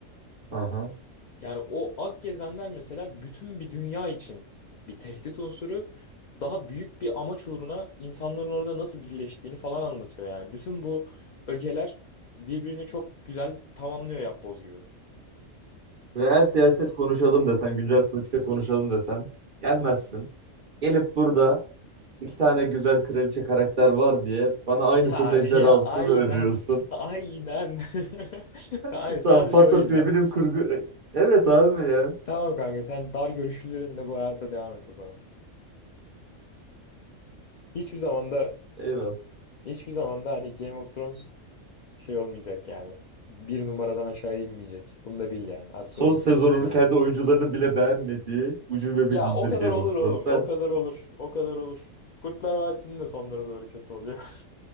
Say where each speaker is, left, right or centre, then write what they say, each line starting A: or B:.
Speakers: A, on the right; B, on the left.
A: Aha.
B: Yani o ak gezenler mesela bütün bir dünya için bir tehdit unsuru. Daha büyük bir amaç uğruna insanların orada nasıl birleştiğini falan anlatıyor yani. Bütün bu ögeler birbirini çok güzel tamamlıyor yapboz gibi. <laughs>
A: Reel siyaset konuşalım desen, güncel politika konuşalım desen gelmezsin. Gelip burada iki tane güzel kraliçe karakter var diye bana aynısının
B: Ya
A: ejderhasını
B: ya aynen.
A: övüyorsun.
B: <laughs> Aynen. <laughs>
A: <laughs>
B: Aynen sadece
A: Tamam fantasiye
B: o yüzden.
A: bilim kurgu. E- Evet abi ya.
B: Tamam kanka sen dar görüşlülerinle bu hayata devam et o zaman. Hiçbir zamanda
A: Eyvallah.
B: hiçbir zamanda hani Game of Thrones şey olmayacak yani. Bir numaradan aşağıya inmeyecek. Bunu da bil yani. Aklının
A: Son sezonunu
B: bir köşesine yaz.
A: kendi oyuncularını bile beğenmediği ucube
B: Ya
A: bir dizidir
B: o kadar
A: Game
B: olur
A: of
B: oğlum.
A: Thrones. Ben
B: O kadar olur. O kadar olur. Kurtlar Vadisi'nin de sonlara doğru kötü oluyor.